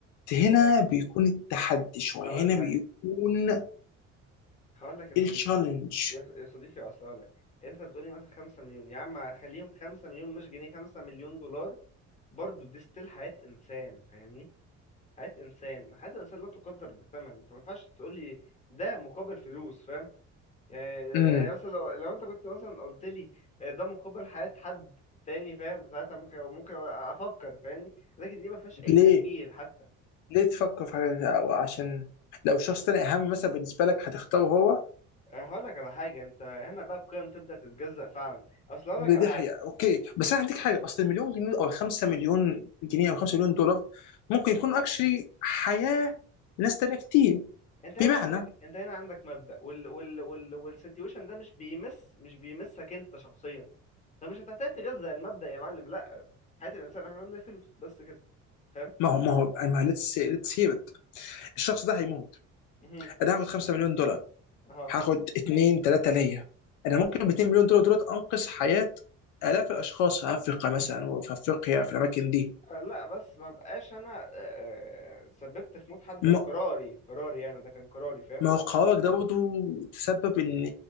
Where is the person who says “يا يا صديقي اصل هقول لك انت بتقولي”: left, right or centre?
Left